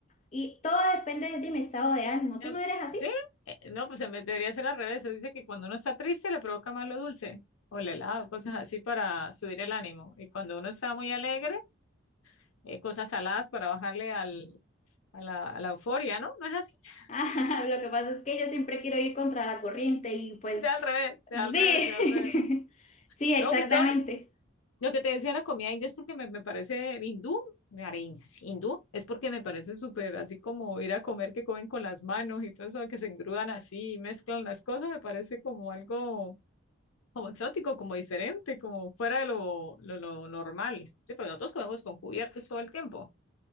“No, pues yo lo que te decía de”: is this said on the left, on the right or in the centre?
Left